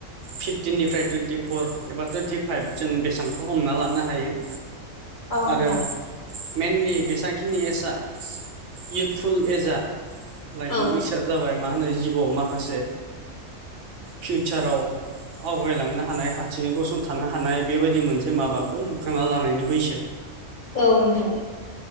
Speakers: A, on the right; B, on the left.
A: फिफटिननिफ्राय टुइन्टिफर एबा टुइन्टिफाइभ जों बेसेबांखौ हमना लानो हायो
B: औ नोंथां
A: आरो मइेनलि बेसेांखिनि एजआ इउथफुल एजआ लाइमोन
B: औ
A: बैसार जाबाय मा होनो जिबआव माखासे फिउचाराव आवगायलांनो हानाय हारसिङै गसंथानो हानाय बेबायदि मोनसे माबाखौ लुखांना लानायनि बैसो
B: औ नोंथां